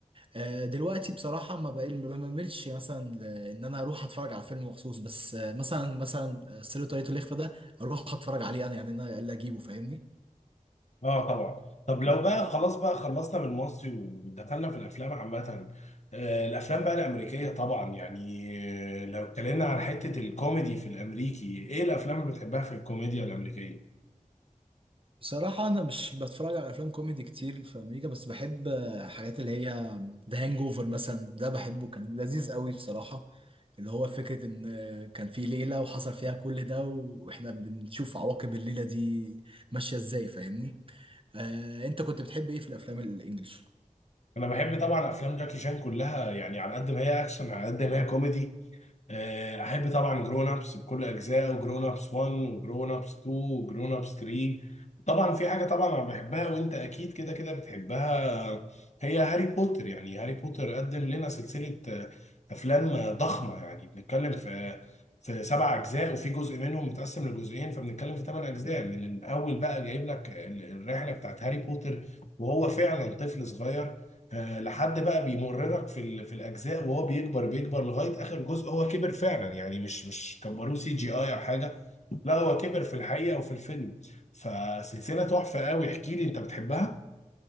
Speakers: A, on the right (about 40°); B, on the left (about 55°).
A: آه، دلوقتي بصراحة ما بقى ما بملش مثلا ل- إن أنا أروح أتفرج على فيلم مخصوص بس آه، مثلا مثلا آه، سر طاقية الإخفاء ده أروح أتفرج عليه أنا يعني أنا اللي أجيبه فاهمني
B: اه طبعا طب لو بقى خلاص بقى خلصنا من المصري ودخلنا في الافلام عامه آه، الافلام بقى الامريكيه طبعا يعني آه، لو اتكلمنا عن حته الكوميدي في الامريكي ايه الافلام اللي بتحبها في الكوميديا الامريكيه
A: بصراحة أنا مش بتفرج على أفلام كوميدي كتير في أمريكا بس بحب حاجات اللي هي ذا هانج أوفر مثلا ده بحبه كان لذيذ قوي بصراحة اللي هو فكرة إن كان في ليلة وحصل فيها كل ده وإحنا بنشوف عواقب الليلة دي ماشية إزاي فاهمني؟ آه، أنت كنت بتحب إيه في الأفلام الإنجليش؟
B: انا بحب طبعا افلام جاكي شان كلها يعني على قد ما هي اكشن على قد ما هي كوميدي آه، احب طبعا جرون ابس بكل اجزائه وجرون ابس 1 وجرون ابس 2 وجرون ابس 3 طبعا في حاجه طبعا انا بحبها وانت اكيد كده كده بتحبها هي هاري بوتر يعني هاري بوتر قدم لنا سلسله آه، افلام ضخمه يعني بنتكلم في في سبع اجزاء وفي جزء منهم متقسم لجزئين فبنتكلم في ثمان اجزاء من الاول بقى جايب لك ال- الرحله بتاعت هاري بوتر وهو فعلا طفل صغير آه، لحد بقى بيمررك في ال- في الاجزاء وهو بيكبر بيكبر لغايه اخر جزء هو كبر فعلا يعني مش مش كبروه سي جي اي او حاجه لا هو كبر في الحقيقه وفي الفيلم فسلسله تحفه قوي احكي لي انت بتحبها